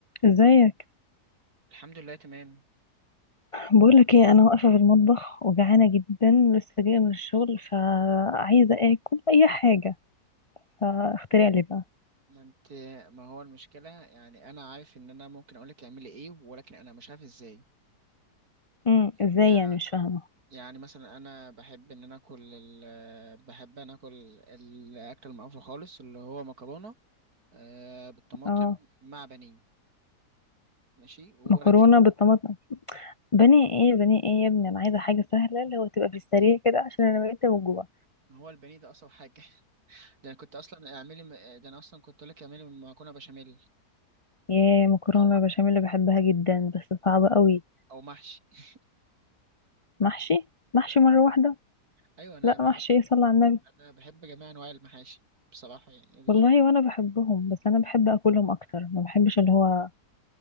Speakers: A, on the left; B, on the right.
A: ازيك
B: الحمد لله تمام
A: بقولك ايه انا واقفه في المطبخ وجعانه جدا لسه جايه من الشغل فعايزه اكل اي حاجه فاخترع لي بقى
B: ما انت ما هو المشكلة يعني انا عارف ان انا ممكن اقولك تعملي ايه ولكن انا مش عارف ازاي
A: امم ازاي
B: يع-
A: يعني مش فاهمه
B: يعني مثلا انا بحب ان انا اكل ال... بحب انا اكل الاكل المعروف خالص اللي هو مكرونة آه، بالطماطم
A: اه
B: مع بانيه ماشي ولكن
A: مكرونه بالطماطم بني ايه بني ايه يا ابني انا عايزه حاجه سهله اللي هو تبقى في السريع كده عشان انا بقيت من جوع
B: هو البانيه ده اصعب حاجة <laughs> ده انا كنت اصلا اعملي م- ده انا اصلا كنت اقول لك اعملي مكرونة بشاميل
A: ياه مكرونه
B: او م...
A: بشاميل اللي بحبها جدا بس صعبه قوي
B: او محشي <laughs>
A: محشي محشي مره واحده
B: ايوه انا
A: لا
B: بحب
A: محشي إيه، صلى على النبي
B: انا بحب جميع انواع المحاشي بصراحة يعني
A: والله وانا بحبهم بس انا بحب اكلهم اكتر ما بحبش اللي هو